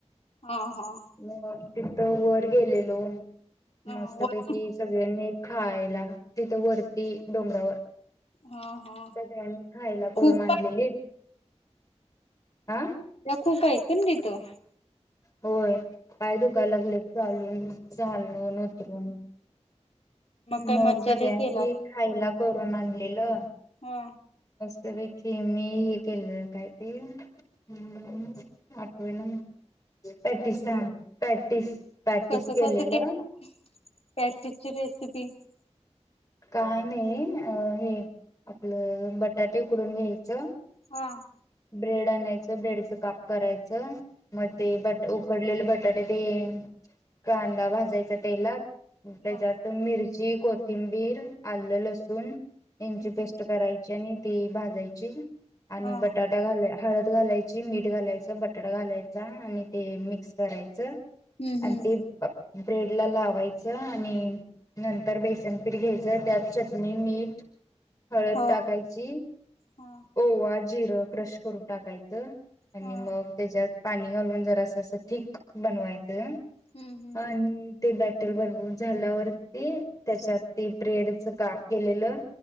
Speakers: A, on the left; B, on the left.
A: हा हा
B: मग तिथं वरं गेलेलो
A: अ
B: मस्तपैकी
A: वर
B: सगळ्यांनी एकं खायला तिथं वरती डोंगरावर
A: हा हा
B: सगळ्यांनी खायला करून
A: खूप
B: आणलेलीतं आं
A: त्या खूप आहेत कनी तिथं
B: होयं पाय दुखायला लागलेतं चालूनं चालून उतरून
A: काही
B: मग
A: मज्जा
B: सगळ्यांनी
A: लई केलात
B: खायलां करून आणलेलं
A: हा
B: त्यापैकी मी हे केलंलं काय ते आम् आठवेना म पॅटिस्तान. पॅटिस पॅटिस
A: कस
B: केलेलं
A: कस केलं? पॅटिसची रेसिपी किती?
B: काय नाही अ हे, आपलं बटाटे उकडून घ्याय चं
A: हा
B: ब्रेड आणयचं. ब्रेडचं काप करायचं. मग ते बट उकडलेले बटाटे ते कांदा भाजायचं तेलात. त्याच्यात
A: हा
B: मिर ची, कोथिंबीर आल्ल, लसून यांंची
A: हं हं.
B: पेस्ट करायची आणि ती भाजायची आणि
A: हा
B: बटाटा घाल हळद घालायची, मीठ घालायचं, बटाट घालाय चा आणि ते मिक्स कराय च.
A: हम्म
B: आणि
A: हम्म
B: ते ब्रेड ला लावायचं, आणि नंतर बेसन पीठ घ्याय त्यात चटणी, मीठ हळद
A: हो
B: टाकायची.
A: हा
B: ओवा, जिर क्रश करून टाकायचं. आणि
A: ह
B: मग त्याच्यात पाणी घालून जर असं असं थीक बनवायचं.
A: हम्म हम्म
B: अन ते ब हेल बनउन झाल्यावरती, त्याच्यात ती ब्रेडच काप केलेलं